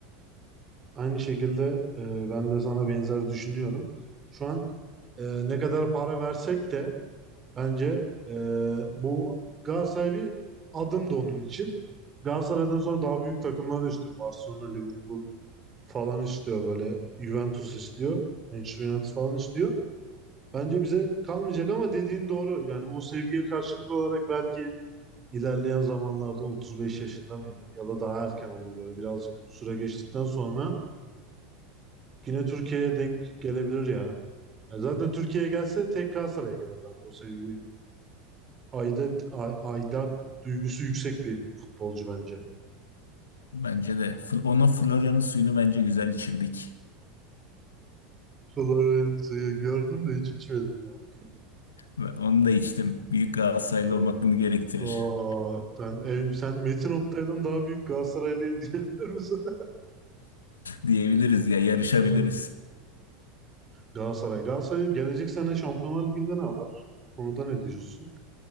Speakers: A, on the right; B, on the left.
A: Aynı şekilde e, ben de sana benzer düşünüyorum. Şu an e, ne kadar para versek de bence e, bu Galatasaray bir adım da onun için. Galatasaray'dan sonra daha büyük takımlar da istiyor. Barcelona, Liverpool, falan istiyor böyle. Juventus istiyor. Manchester United falan istiyor. Bence bize kalmayacak ama dediğin doğru. Yani o sevgiye karşılık olarak belki ilerleyen zamanlarda 35 yaşında mı ya da daha erken olur böyle birazcık süre geçtikten sonra yine Türkiye'ye denk gelebilir ya. Ya zaten Türkiye'ye gelse tek Galatasaray'a gelir bence o sevgi. Aidat, ay- aidat duygusu yüksek bir futbolcu bence.
B: Bence de. Fl- Ona Florya'nın suyunu bence güzel içirdik.
A: Florya'yı gördüm de hiç içmedim ya.
B: Ve Onu da içtim. Büyük Galatasaraylı
A: O,
B: olmak bunu gerektirir.
A: Aa, sen, ev, sen Metin Oktay'dan daha büyük Galatasaraylıyım <laughs> diyebilir misin?
B: diyebiliriz ya yarışabiliriz.
A: Evet. Galatasaray. Galatasaray gelecek sene Şampiyonlar Ligi'nde ne yapar? O konuda ne diyorsun?